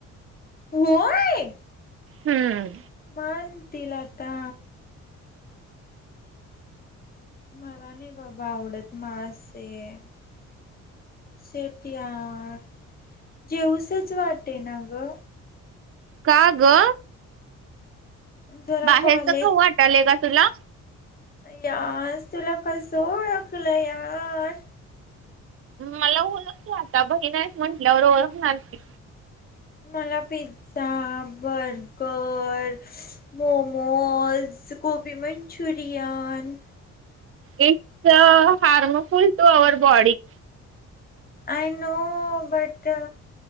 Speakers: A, on the left (about 30°); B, on the right (about 45°).
A: होय!
B: हम्म.
A: मग आणतील आता. मला नाही बाबा आवडत, मासे. शेट्या यार! जेऊसच वाटे ना ग.
B: का ग?
A: जरा
B: बाहेरचं
A: कॉलेज
B: खाऊ वाटालंय का तुला?
A: यार तुला कसं ओळखलं यार.
B: मला ओळखते आता बहीण आहेस म्हटल्यावर ओळखणार की.
A: मला pizza, burger. Momos, gobi manchurian.
B: It's a harmful to our body.
A: I know! But?